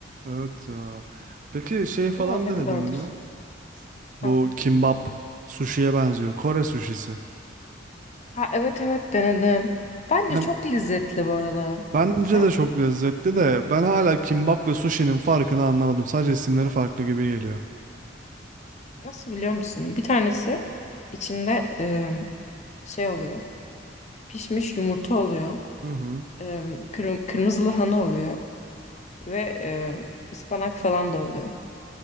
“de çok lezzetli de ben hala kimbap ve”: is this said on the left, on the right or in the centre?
Right